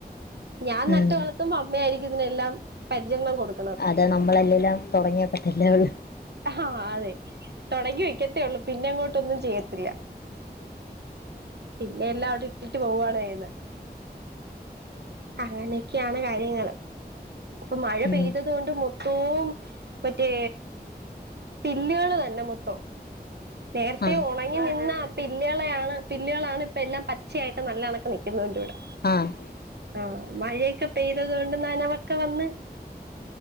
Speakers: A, on the right; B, on the left.
A: ഞാൻ
B: ഉം
A: നട്ട് വളർത്തുമ്പോ അമ്മയായിയിരിക്കും ഇതിനെല്ലാം പരിചരണം കൊടുക്കും
B: അതാ നമ്മളല്ലെല്ലാം തുടങ്ങിയ പറ്റില്ലേ ഉള്ളു
A: ആഹ് അതെ തുടങ്ങി വെക്കത്തേ ഉള്ളൂ പിന്നെ അങ്ങോട്ടൊന്നും ചെയ്യത്തില്ല പിന്നെ എല്ലാം അവിടെ ഇട്ടിട്ട് പോവാണ് യ്യുന്നത്. അങ്ങനെയൊക്കെയാണ് കാര്യങ്ങള്ൾ ഇപ്പൊ മഴ
B: ഉം
A: പെയ്തത് കൊണ്ട് മൊത്തവും മറ്റേ പില്ലുകള് വന്നെ മൊത്തം നേരത്തെ
B: ആഹ്
A: ഉണങ്ങി നിന്ന പില്ലുകളളെയ ആാണ് പുില്ലുകളളാണ് ഇപ്പ എല്ലാം പച്ചയായിട്ട് നല്ലണക്ക നിക്കുന്നൊണ്ട് ഇവിടെ.
B: ആഹ്
A: ആഹ മഴയൊക്കെ പെയ്തത് കൊണ്ട് നനവക്കെ വന്ന്